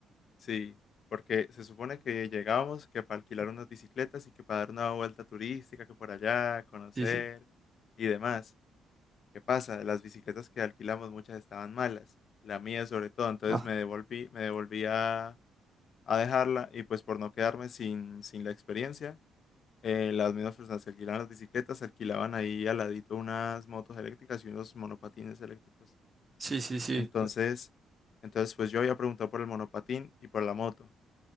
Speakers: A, on the left; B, on the right.
A: Sí, porque se supone que llegábamos que para alquilar unas bicicletas y que para dar una vuelta turística, que por allá, conocer
B: sí, sí.
A: y demás. ¿Qué pasa? Las bicicletas que alquilamos muchas estaban malas, la mía sobre todo, entonces
B: No.
A: me devolví, me devolví a, a dejarla y pues por no quedarme sin, sin la experiencia, eh, las mismas personas que alquilaban las bicicletas alquilaban ahí al ladito unas motos eléctricas y unos monopatines eléctricos.
B: Sí, sí, sí.
A: Entonces,
B: cu-
A: entonces pues yo había preguntado por el monopatín y por la moto.